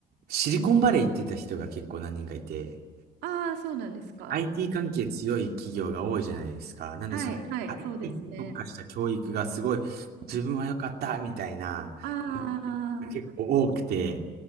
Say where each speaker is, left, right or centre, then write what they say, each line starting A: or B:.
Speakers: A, on the right; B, on the right.
A: シリコンバレー行ってた人が結構何人かいて、
B: ああ、そうなんですか。
A: IT 関係強い企業が多いじゃないですか。なんでその
B: はい、はい、
A: IT
B: そうですね。
A: に特化した教育がすごい自分は良かったみたいなこと
B: ああ。
A: が結構多くて、